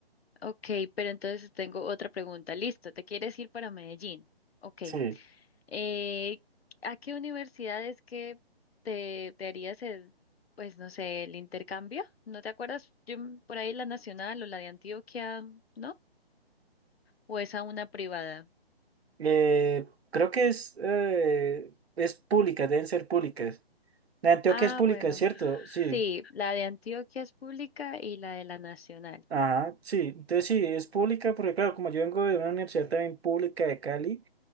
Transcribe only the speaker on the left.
ok, pero entonces tengo otra pregunta. Listo, ¿te quieres ir para Medellín? Ok.
Eh, ¿a qué universidad es que te, te harías el, pues no sé, el intercambio? ¿No te acuerdas? Yo m- por ahí la Nacional o la de Antioquia, ¿no? ¿O es a una privada?
Ah,
bueno,
sí, la de Antioquia es pública y la de la Nacional.